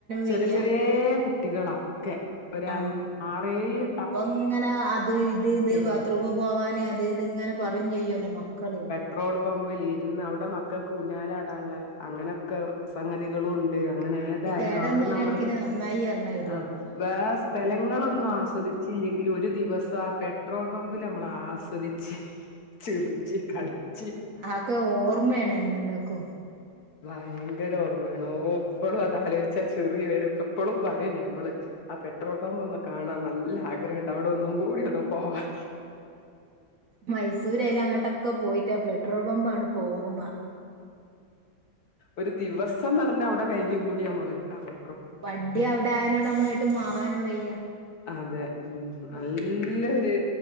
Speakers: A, on the left; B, on the right.
A: ചെറിയ
B: വയ്യ
A: ചെറിയേ കുട്ടികളാ ക്കെ ഒരൻ
B: ആഹ
A: ആറേഴ്
B: അപ്പൊ ഇങ്ങനെ അത് ഇത്
A: കുട്ടികള്
B: ഇത് ബാത്റൂമ് പോവാന് അത് ഇത്ങ്ങനെ പറയും ചെയ്യല്ലോ മക്കള്
A: ട്രോള് പമ്പിലിരുന്ന് അവിടെ മക്കക്ക് ഉഞ്ഞാലാടാള്ളെ അങ്ങനൊക്കെ ഒഹ് സംഗതികളും ഉണ്ട് അങ്ങനെ
B: വണ്ടി
A: എതായാലും
B: കേടന്ന
A: അവിടുന്ന
B: ഒരു
A: മ്മള്
B: കണക്കിന് നന്നായി എറണായിരിയ
A: ആഹ്
B: അപ്പൊ
A: വേറെ സ്ഥലങ്ങളൊന്നും ആസ്വദിച്ചില്ലെങ്കിലും ഒരു ദിവസം ആ പെട്രോൾ പമ്പില് അമ്മള് ആസ്വദിച്ച് ചിറ്ച്ചി കളിച്ച്
B: അത്‌ ഓർമ്മയാണ് എന്നെന്നേക്കും
A: ഭയ്ങ്കര ഓർമ്മയാണ് ഓഹ് ഇപ്പളും അതാലോയ് ച്ചാ ചിറി വരും ഇപ്പപ്പെളും പറയും ഞമ്മള് ആ പെട്രോൾ പമ്പ് ഒന്നു കാണാൻ നല്ല ആ ക്രേണ്ട് അവ്ടെ ഒന്നും കൂടിയൊന്നു പോവാൻ
B: മൈസൂരൈലങ്ങോട്ടൊക്കെ പോയിട്ട് പെട്രോൾ പമ്പാണിപ്പൊ ഓർമ്മ
A: ഒരു ദിവസം പറഞ്ഞാ അവിടെ കഴിഞ്ഞ് കൂടി അമ്മള് അതെ
B: വണ്ടി അവ്ടെ ആയ്നോട് അമ്മളെ എട്ട് മാറാനും വയ്യ
A: അതെ ഉം നല്ലൊരു